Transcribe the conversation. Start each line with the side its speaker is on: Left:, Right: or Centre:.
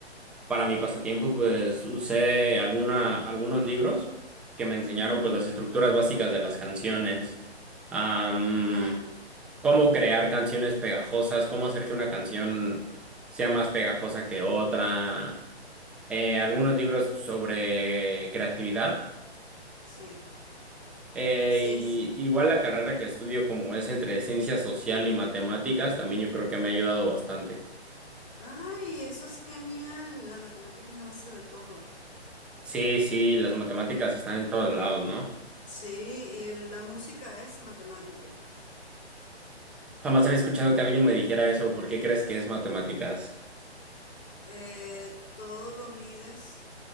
Centre: para mi pasatiempo pues usé alguna, algunos libros que me enseñaron
Left: Ujú,
Centre: pues las estructuras básicas de las canciones, am,
Left: claro,
Centre: cómo crear canciones pegajosas, cómo hacer que una canción sea más pegajosa que otra, eh, algunos libros sobre creatividad.
Left: sí,
Centre: Eh,
Left: sí,
Centre: y-
Left: sí.
Centre: igual la carrera que estudio como es entre ciencia social y matemáticas, también yo creo que me ha ayudado bastante.
Left: Ay, eso es genial. La matemática es la base de todo.
Centre: Sí, sí, las matemáticas están en todos lados, ¿no?
Left: Sí, y el- la música es matemática.
Centre: Jamás había escuchado que alguien me dijera eso, ¿por qué crees que es matemáticas?
Left: Eh, todo lo mides,